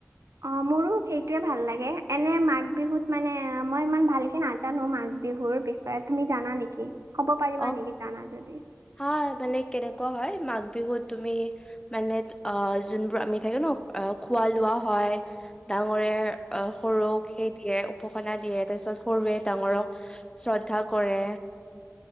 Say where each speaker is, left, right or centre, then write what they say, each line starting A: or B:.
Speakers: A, on the right (about 75°); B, on the left (about 15°).
A: অ মোৰো সেইটোৱে ভাল লাগে এনে মাঘ বিহুত মানে মই ইমান ভালকে নাজানো মাঘ বিহুৰ বিষয়ে তুমি জানা নেকি ক'ব পাৰিবা
B: অ
A: নেকি জানা যদি
B: হয় মানে কেনেকুৱা হয় মাঘ বিহুত তুমি মানে অ যোনবোৰ আমি থাকে ন খোৱা লোৱা হয় ডাঙৰে অ সৰুক সেইতিয়ে উপাসনা দিয়ে তাৰ পিছত সৰুৱে ডাঙৰক শ্ৰদ্ধা কৰে